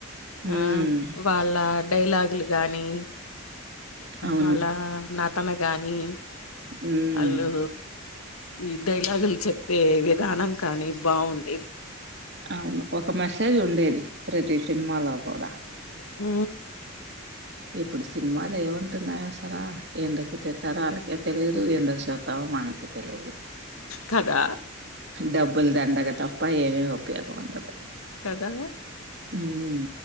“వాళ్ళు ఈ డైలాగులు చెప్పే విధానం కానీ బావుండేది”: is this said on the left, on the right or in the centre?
Left